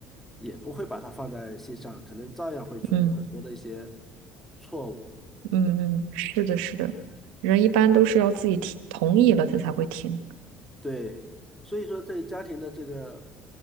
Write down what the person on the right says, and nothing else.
嗯
嗯嗯，是的，
是的，人一般都是要自己听同意了，他才会听。